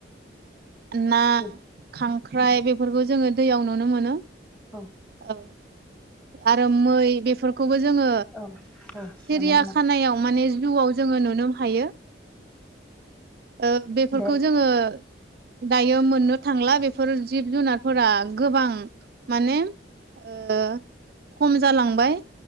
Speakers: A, on the right (about 55°); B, in the centre.
A: ना,
B: दे
A: खांख्राइ बेफोरखौ जोङो दैयाव नुनो मोनो।
B: औ
A: औ आरो मै बेफोरखौबो जोङो
B: औ औ
A: सिरिया
B: नुनो मोनो
A: खानायाव माने जुआव जोङो नुनो हायो। ओ बेफोरखौ
B: दे
A: जोङो दायो मोननो थांला बेफोर जिब-जुनारफोरा गोबां माने ओ खम जालांबाय।